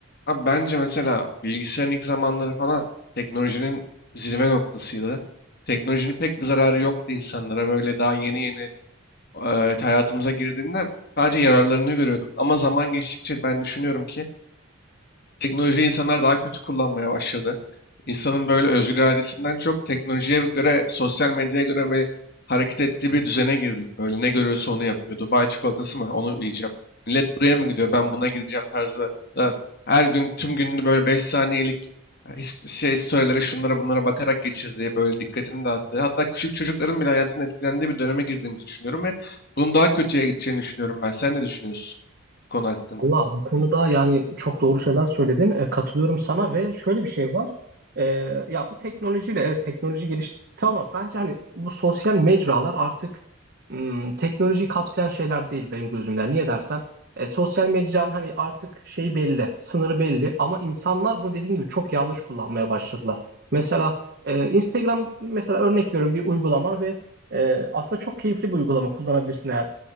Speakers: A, on the left; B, on the right.
A: Abi bence mesela bilgisayarın ilk zamanları falan teknolojinin zirve noktasıydı. Teknolojinin pek bir zararı yoktu insanlara. Böyle daha yeni yeni e, hayatımıza girdiğinden sadece yararlarını görüyorduk. Ama zaman geçtikçe ben düşünüyorum ki Teknolojiyi insanlar daha kötü kullanmaya başladı. İnsanın böyle özgür iradesinden çok teknolojiye göre, sosyal medyaya göre böyle hareket ettiği bir düzene girdik. Böyle ne görüyorsa onu yapıyor. Dubai çikolatası mı? Onu yiyeceğim. Millet buraya mı gidiyor? Ben buna gideceğim tarzı. da Her gün tüm gününü böyle 5 saniyelik e, his- şey storylere şunlara bunlara bakarak geçirdiği, böyle dikkatini dağıttığı, hatta küçük çocukların bile hayatının etkilendiği bir döneme girdiğimizi düşünüyorum ve bunun daha kötüye gideceğini düşünüyorum ben. Sen ne düşünüyorsun bu konu hakkında?
B: Valla bu konuda yani çok doğru şeyler söyledin. E, katılıyorum sana ve şöyle bir şey var. E, ya bu teknolojiyle evet teknoloji gelişti ama bence hani bu sosyal mecralar artık hmm, teknolojiyi kapsayan şeyler değil benim gözümden. Niye dersen e, sosyal mecranın hani artık şeyi belli, sınırı belli ama insanlar bunu dediğin gibi çok yanlış kullanmaya başladılar. Mesela e, Instagram mesela örnek veriyorum bir uygulama ve e, aslında çok keyifli bir uygulama kullanabilirsin eğer